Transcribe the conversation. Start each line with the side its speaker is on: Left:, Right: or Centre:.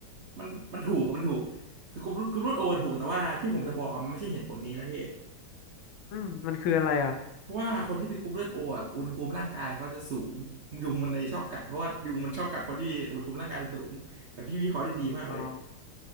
Right: มันมันถูกอะมันถูกคือกรุ๊ปกรุ๊ปเลือดโอถูกแต่ว่าที่ผมจะบอกอะมันไม่ใช่เหตุผลนี้นะพี่
Left: อืมมันคืออะไรอ่ะ
Right: เพราะว่าคนที่มีกรุ๊ปเลือดโออะอุณหภูมิร่างกายเขาจะสูงยุงมันเลยชอบกัดเพราะว่ายุงมันชอบกัดคนที่อุณหภูมิร่างกายสูงแต่พี่วิเคราะห์ได้ดีมากเลย
Left: อ๋อ